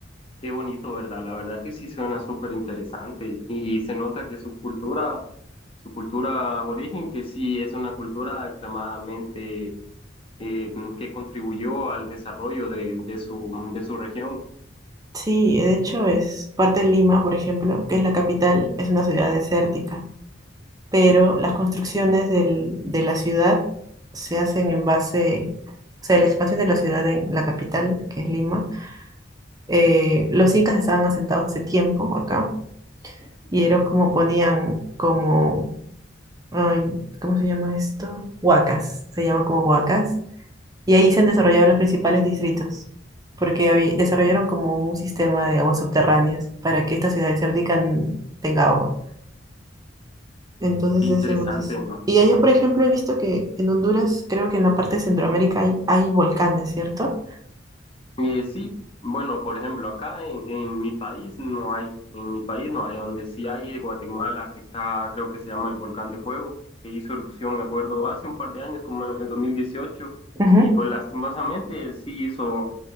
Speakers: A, on the left (about 30°); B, on the right (about 20°).
A: Qué bonito, ¿verdad? La verdad que sí suena súper interesante y, se nota que su cultura, su cultura aborigen, que sí es una cultura extremadamente eh, que contribuyó al desarrollo de, de su, de su región.
B: Sí, de hecho es parte de Lima, por ejemplo, que es la capital, es una ciudad desértica. pero las construcciones del- de la ciudad se hacen en base, o sea, la expansión de la ciudad en la capital, que es Lima. eh, los incas estaban asentados hace tiempo acá y ellos como ponían como, ay, ¿cómo se llama esto? Huacas, se llaman como huacas. Y ahí se
A: Ujú.
B: han desarrollado los principales distritos, porque habí- desarrollaron como un sistema de aguas subterráneas para que esta ciudad desértica n- tenga agua. Entonces
A: Qué interesante,
B: ese uno es. según eso.
A: ¿no?
B: Y allá, por ejemplo, he visto que en Honduras, creo que en la parte de Centroamérica hay, hay volcanes, ¿cierto?
A: Eh, sí, bueno, por ejemplo, acá en, en mi país no hay, en mi país no hay, donde sí hay es Guatemala, que está, creo que se llama el Volcán de Fuego, que hizo erupción, me acuerdo, hace un par de años, como en el 2018
B: Ujú.
A: y pues lastimosamente sí hizo,